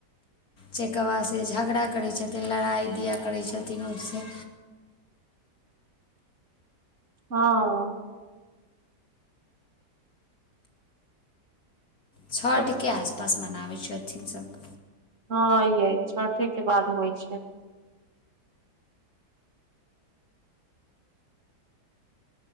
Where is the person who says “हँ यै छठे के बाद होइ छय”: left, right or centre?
Right